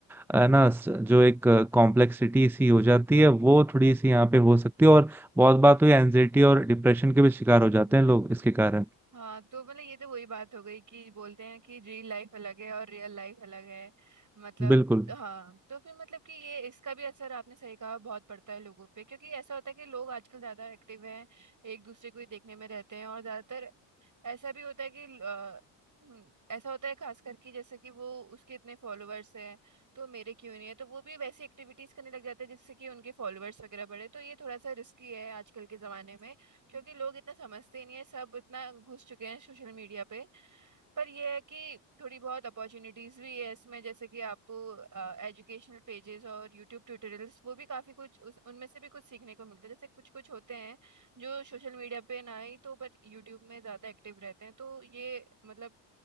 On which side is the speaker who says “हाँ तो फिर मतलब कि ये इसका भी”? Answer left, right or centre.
Right